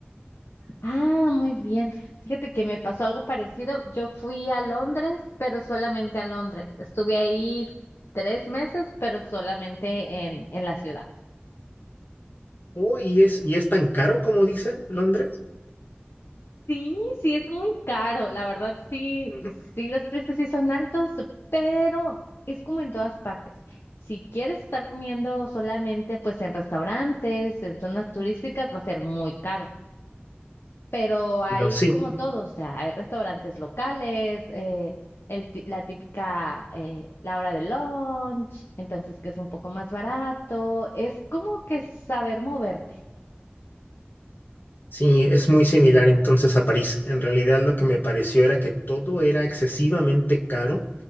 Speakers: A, on the left; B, on the left.
A: Ah, muy bien. Fíjate que me pasó algo parecido. Yo fui a Londres, pero solamente a Londres. Estuve ahí tres meses, pero solamente en, en la ciudad.
B: Oh, y es, y es tan caro como dicen Londres.
A: Sí, sí, es muy caro, la verdad, sí,
B: Ujú.
A: sí, los precios sí son altos, pero es como en todas partes. Si quieres estar comiendo solamente pues en restaurantes, en zonas turísticas, va a ser muy caro, pero hay
B: Digo, sí,
A: como todo, o sea, hay restaurantes locales, eh, el ti- la típica, eh, la hora de lunch, entonces que es un poco más barato, es como que saber moverte.
B: Sí, es muy similar entonces a París. En realidad lo que me pareció era que todo era excesivamente caro.